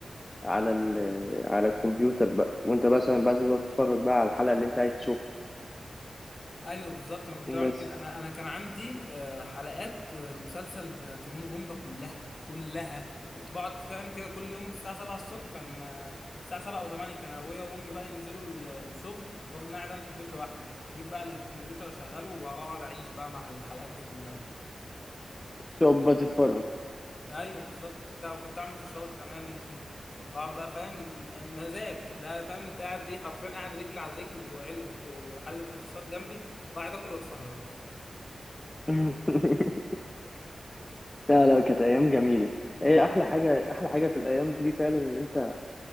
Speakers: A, on the left; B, on the left.
A: على ال على الكمبيوتر بقى وانت مثلا بقى تقعد تتفرج بقى على الحلقة اللي انت عايز تشوفها
B: ايوه بالظبط انا كنت بعمل
A: بس
B: كده انا انا كان عندي آه، حلقات آه، مسلسل آه، تيمون وبومبا كلها كلها كنت بقعد فاهم كده كل يوم الساعه 7 الصبح كان آه، الساعه 7 او 8 كان ابويا وامي بقى ينزلوا ال- الشغل وافضل قاعد انا في البيت لوحدي اجيب بقى الكمبيوتر اشغله واقعد اعيش بقى مع الحلقات دي كلها
A: تقعد بقى تتفرج
B: ايوه بالظبط كنت كنت اعمل فشار كمان <laughs> واقعد بقى فاهم م- مزاج ده فاهم انت قاعد ايه حرفيا قاعد رجل على رجل وعل وك- وحله الفشار جنبي وقاعد اكل واتفرج
A: <laughs> لا لا كانت ايام جميله ايه احلى حاجه احلى حاجه في الايام دي فعلا ان انت